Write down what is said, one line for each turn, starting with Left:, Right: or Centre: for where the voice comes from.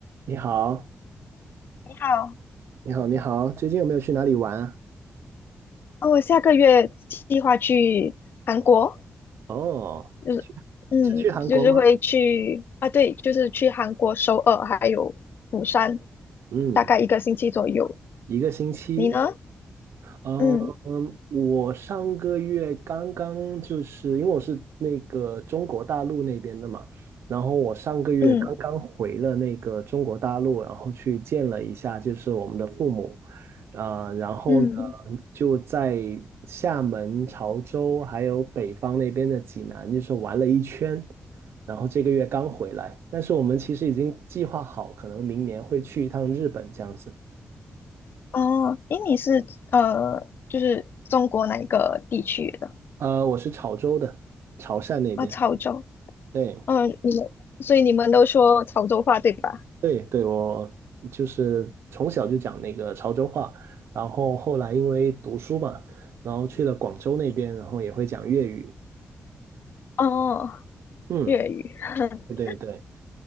Right: 你好，
Left: 你好，
Right: 你好，你好，最近有没有去哪里玩啊
Left: 哦，我下个月计划去韩国，
Right: 哦，
Left: 就是，嗯，
Right: 只去韩国吗？
Left: 就是会去啊，对，就是去韩国首尔还有釜山，
Right: 嗯，
Left: 大概一个星期左右。
Right: 一个星期，
Left: 你呢？
Right: 嗯，
Left: 嗯
Right: 我上个月刚刚就是因为我是那个中国大陆那边的嘛，然后我上个月刚刚回了那个中国大陆，
Left: 嗯
Right: 然后去见了一下就是我们的父母，呃，然后呢
Left: 嗯，
Right: 就在厦门、潮州还有北方那边的济南，就是玩了一圈，然后这个月刚回来，但是我们其实已经计划好，可能明年会去一趟日本这样子。
Left: 哦，诶，你是呃，就是中国哪一个地区的？
Right: 呃，我是潮州的，潮汕那边。
Left: 啊，潮州。
Right: 对
Left: 嗯，你们，所以你们都说潮州话对吧？
Right: 对对，我就是从小就讲那个潮州话，然后后来因为读书嘛，然后去了广州那边，然后也会讲粤语。
Left: 哦，
Right: 嗯，
Left: 粤语。<laughs>
Right: 对对对。